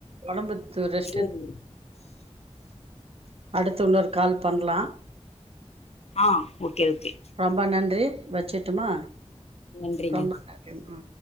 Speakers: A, on the right; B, on the left.
A: ஒடம்புத்தூர் ரெஸ்ட்
B: ம்.
A: அடுத்து இன்னொரு கால் பன்லா
B: ஆ ஓகே ஓகே
A: ரொம்ப நன்றி வச்சுட்டுமா
B: நன்றிங்க.
A: ரொம்ப நன்றிமா